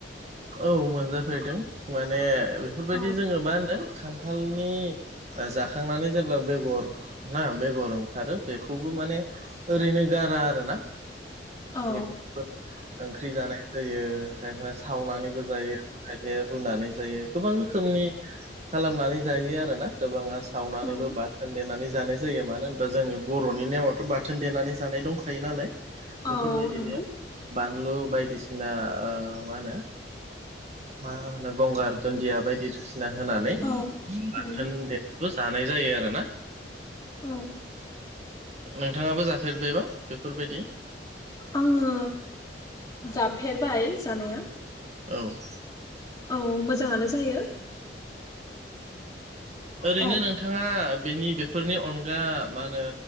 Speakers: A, on the right; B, on the left.
A: औ मोनजाफेरदों माने बेफोरबायदि
B: औ
A: जोङो मा होनो खान्थालनि जाखांनानै जेब्ला बेगर ना बेगर ओंखारो बेखौबो माने ओरैनो गारा आरोना
B: औ
A: बेखौ ओंख्रि जानाय जायो खायफा सावनानैबो जायो खायफाया रुनानै जायो गोबां रोखोमनि खालामनानै जायो आरो ना गोबाङा सावनानैबो
B: औ
A: बाथोन देनानै जानाय जायो मानो होनोबा जोंनि बर'नि नेमावथ' बाथोन देनानै जानाय दंखायो नालाय बेफोरबायदिनो
B: औ नंगौ
A: बानलु बायदिसिना मा होनो मा होनो गंगार दुनदिया बायदिसि ना होनानै
B: औ
A: बाथोन
B: नंगौ
A: देनाबो जानाय जायो आरोना
B: औ
A: नोंथाङाबो जाफेरबायबा बेफोरबायदि?
B: आङो जाफेरबाय जानाया
A: औ
B: औ मोजाङानो जायो
A: ओरैनो
B: औ
A: नों थाङा बेनि बेफोरनि अनगा मा होनो